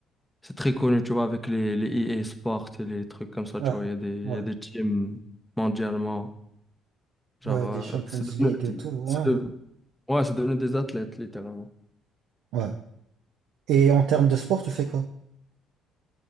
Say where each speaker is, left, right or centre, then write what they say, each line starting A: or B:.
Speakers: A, in the centre; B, on the right.
A: c'est très connu, tu vois, avec les, les EA Sports et les trucs comme ça,
B: Ah.
A: tu vois. Il y a des,
B: ouais.
A: il y a des teams mondialement. Genre,
B: Ouais,
A: euh,
B: des Champions
A: c'est devenu,
B: League et
A: c'est-
B: tout, ouais.
A: c'est de- Ouais, c'est devenu des athlètes, littéralement.
B: Ouais. Et en termes de sport, tu fais quoi?